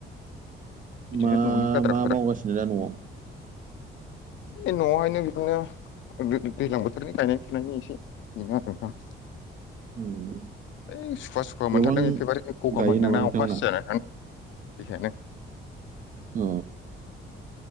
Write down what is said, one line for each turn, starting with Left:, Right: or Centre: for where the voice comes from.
Left: बिदिनो
Right: मा
Left: न'नि गाद्रा
Right: मा
Left: गुद्रा
Right: मावगासिनो दा न'वाव
Left: बे न'आवहायनो बिदिनो दैज्लां बोथोरनि गायनाय फुनायनि एसे बेनो आरो दा
Right: उम
Left: है सुखुवा सुखुवा
Right: गोबां
Left: मोनथारदों एखेबारे गगा
Right: गायो
Left: मोनदोंना
Right: नामा नोंथांमोना
Left: अखासिजानानै बेखायनो
Right: न'